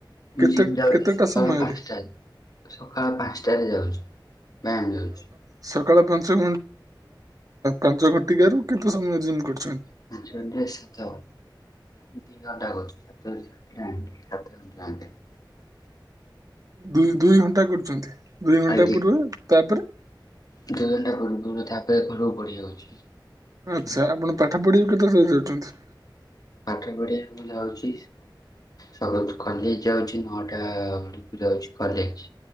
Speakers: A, on the left; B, on the right.
A: ମୁ
B: କେତେ
A: ଜିମ୍ ଯାଉଛି
B: କେତେଟା
A: ସକାଳ
B: ସମୟରେ
A: ପାଞ୍ଚଟାରେ ସକାଳ ପାଞ୍ଚଟାରେ ଯାଉଛି ବ୍ୟାୟାମ ଯାଉଛି
B: ସକାଳ ସକାଳ ପାଞ୍ଚ ପାଞ୍ଚ ଘଣ୍ଟିକ ର କେତେ ସମୟ ଜି କର
A: ସାତ ଏମତି ଘଣ୍ଟାଛି ସାତରୁ ସାତଟା ସତ ମିନିଟ୍ ରେ
B: ଦୁଇ ଦୁଇ ଘଣ୍ଟା କରୁଛନ୍ତି ଦୁଇ ଘଣ୍ଟା
A: ଆଜ୍ଞା
B: ପୂର୍ବେ ତାପରେ
A: ଦୁଇ ଘଣ୍ଟା ପୂର୍ବରୁ ତାପରେ ଘରକୁ ପଲିଆସୁଛି
B: ଆଚ୍ଛା ଆପଣ ପାଠ ପଢିବା ବାକୁ କେତେବେଳେ ଯାଉଛନ୍ତି
A: ପାଠ ପଢିବାକୁ ଯାଉଛି ସ କଲେଜ ଯାଉଛି ନଅଟା ବେଳ କୁ ଯାଉଛି କଲେଜ୍